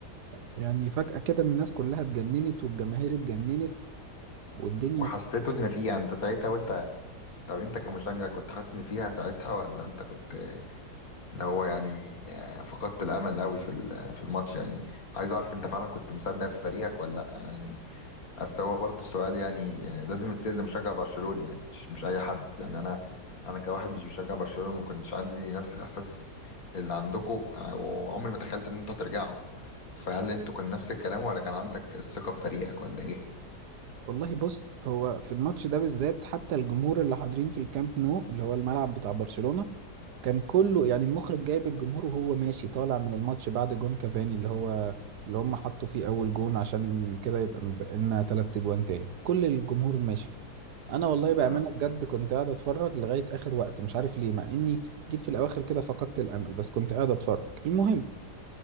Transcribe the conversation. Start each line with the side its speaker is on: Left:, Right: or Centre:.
Right: يعني فجأة كده الناس كلها اتجننت والجماهير اتجننت والدنيا
Left: وحسيته
Right: س...
Left: ان فيها انت ساعتها وانت طب انت كمشجع كنت حاسس ان فيها ساعتها ولا انت كنت اللي هو يعني آه، فقدت الامل قوي في ال- في الماتش يعني عايز اعرف انت فعلا كنت مصدق في فريقك ولا لا يعني اصل هو برضه السؤال يعني آه، لازم يتسال لمشجع برشلوني يعني مش مش اي حد يعني انا انا كواحد مش بشجع برشلونة ما كنتش عندي نفس الاحساس اللي عندكم آه، وعمري ما تخيلت ان انتوا هترجعوا فهل انتوا كان نفس الكلام ولا كان عندك الثقة في فريقك ولا ايه؟
Right: والله بص هو في الماتش ده بالذات حتى الجمهور اللي حاضرين في الكامب نو اللي هو الملعب بتاع برشلونة كان كله يعني المخرج جايب الجمهور وهو ماشي طالع من الماتش بعد جون كافاني اللي هو اللي هم حطوا فيه أول جون عشان كده يبقى متبقى لنا تلات أجوان تاني كل الجمهور ماشي انا والله بامانه
Left: آه،
Right: بجد كنت قاعد اتفرج لغايه اخر وقت مش عارف ليه مع اني جيت في الاواخر كده فقدت الامل بس كنت قاعد اتفرج المهم